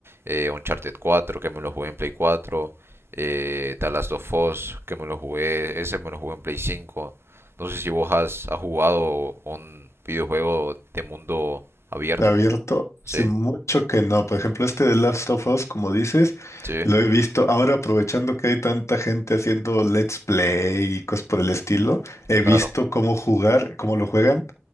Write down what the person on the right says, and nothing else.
eh, Uncharted cuatro que me lo jugué en Play cuatro eh, The Last of Us, que me lo jugué, ese me lo jugué en Play cinco No sé si vos has, has jugado un videojuego de mundo abierto.
Sí,
sí,
claro.